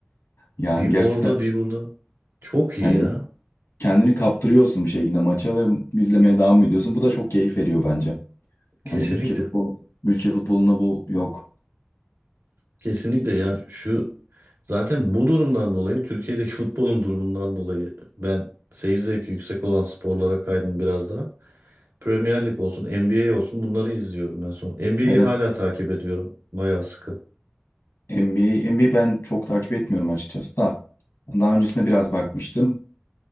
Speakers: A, on the left; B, on the right.
A: Yani
B: Bir
A: gerçekten
B: orada bir burada. Çok iyi
A: hani
B: ya.
A: kendini kaptırıyorsun bir şekilde maça ve izlemeye devam ediyorsun. Bu da çok keyif veriyor bence.
B: Kesinlikle.
A: Hani ülke futbol ülke futboluna bu yok.
B: Kesinlikle ya şu zaten bu durumdan dolayı Türkiye'deki <laughs> futbolun durumundan dolayı ben seyir zevki yüksek olan sporlara kaydım biraz daha. Premier Lig olsun, NBA olsun bunları izliyorum ben son. NBA'yi
A: Evet.
B: hala takip ediyorum bayağı sıkı.
A: NBA, NBA ben çok takip etmiyorum açıkçası da. Daha öncesinde biraz bakmıştım.